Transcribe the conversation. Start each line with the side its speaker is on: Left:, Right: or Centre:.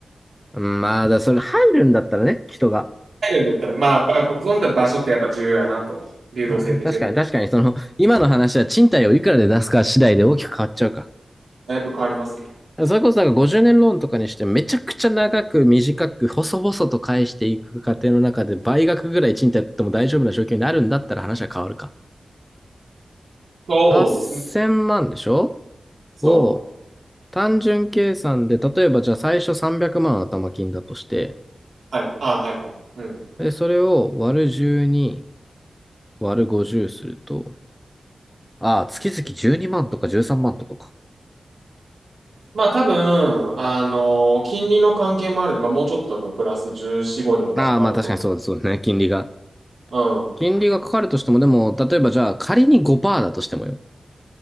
Centre: まあ、だ、それ入るんだったらね、人が。
Right: 入るんだったら、まあ、ばやっぱそうなったら場所ってやっぱ重要やなと。流動性って重要。
Centre: まあね、確かに確かに、その、今の話は賃貸をいくらで出すか次第で大きく変わっちゃうか。
Right: だいぶ変わりますね。
Centre: それこそなんか50年ローンとかにしてめちゃくちゃ長く短く細々と返していく過程の中で倍額ぐらい賃貸やっても大丈夫な状況になるんだったら話は変わるか。
Right: そうですね。
Centre: 8000万でしょ
Right: そ
Centre: を単純計算で、例えばじゃあ最初300万頭金だとして、
Right: う。はい。ああ、はい、はい。うん。
Centre: で、それを割る12割る50すると、ああ、月々12万とか13万とかか。
Right: まあ多分、あの、金利の関係もあるんで、まあもうちょっと多分プラス14、5には多分なると。
Centre: ああ、まあ確かにそうですそうですね。金利が。
Right: うん。
Centre: 金利がかかるとしても、でも、例えばじゃあ仮に5%だとしてもよ。